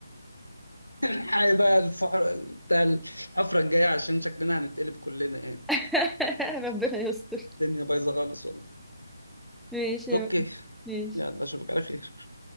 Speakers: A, on the left; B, in the centre.
A: الحقيقة بقى الفقر بتاع الحفرة الجاية عشان شكلنا هنتقلب كلنا يعني
B: <laughs> ربنا يستر
A: الدنيا بايظة خالص والله
B: ماشي يا-
A: اوكي
B: ماشي
A: يلا اشوفك على خير